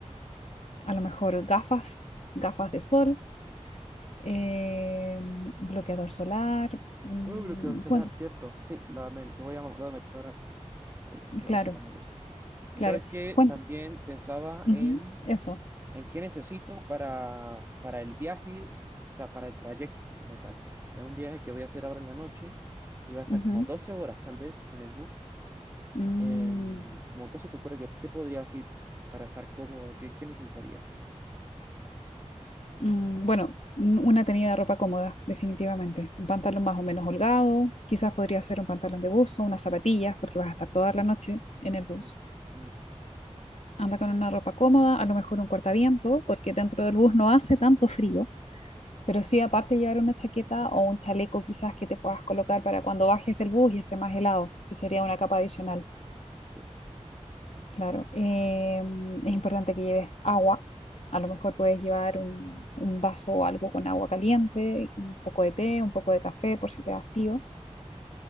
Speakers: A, on the left; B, on the right.
A: a lo mejor gafas, gafas de sol, eh, bloqueador solar. Mm,
B: Oh, bloqueador el celular,
A: cuan-
B: cierto. Sí, la me- lo voy a, lo voy a meter ahora mismo. Ahí, lo
A: Claro,
B: puse en la maleta. Y
A: claro.
B: sabes que
A: Bueno,
B: también pensaba
A: ujú,
B: en
A: eso.
B: en qué necesito para, para el viaje, o sea, para el trayecto como tal. Es un viaje que voy a hacer ahora en la noche y va a estar
A: ujú.
B: como 12 horas tal vez en el bus.
A: Mm,
B: Em, como, ¿qué se te ocurre? ¿Qué, qué podría así para estar cómodo? ¿Qué, qué necesitaría?
A: mm, bueno, n- una tenida de ropa cómoda, definitivamente. Un pantalón más o menos holgado, quizás podría ser un pantalón de buzo, unas zapatillas, porque vas a estar toda la noche en el bus.
B: Mm, mm,
A: Anda con una ropa cómoda, a lo mejor un cortaviento, porque dentro del bus no hace tanto frío, pero sí aparte llevar una chaqueta o un chaleco quizás que te puedas colocar para cuando bajes del bus y esté más helado, que sería
B: mm,
A: una capa adicional.
B: pero,
A: Claro, em, es importante que lleves agua. A lo mejor puedes llevar un, un vaso o algo con agua caliente, un poco de té, un poco de café por si te da frío.